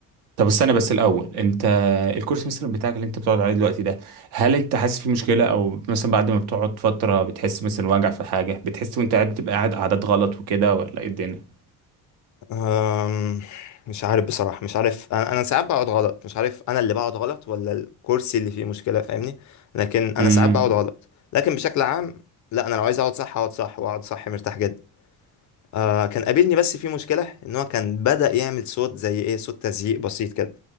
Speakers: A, on the right; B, on the left.
A: طب استنى بس الاول انت الكورس مثلا بتاعك اللي انت بتقعد عليه دلوقتي ده هل انت حاسس فيه مشكلة او مثلا بعد ما بتقعد فترة بتحس مثلا وجع في حاجة بتحس وانت قاعد بتبقى قاعد قعدات غلط وكده ولا ايه الدنيا؟
B: أم، مش عارف بصراحة مش عارف أنا أنا ساعات بقعد غلط مش عارف أنا اللي بقعد غلط ولا الكرسي اللي فيه مشكلة فاهمني لكن أنا
A: امم
B: ساعات بقعد غلط لكن بشكل عام لا أنا لو عايز أقعد صح أقعد صح وأقعد صح مرتاح جدا آه كان قابلني بس في مشكلة إن هو كان بدأ يعمل صوت زي إيه صوت تزييق بسيط كده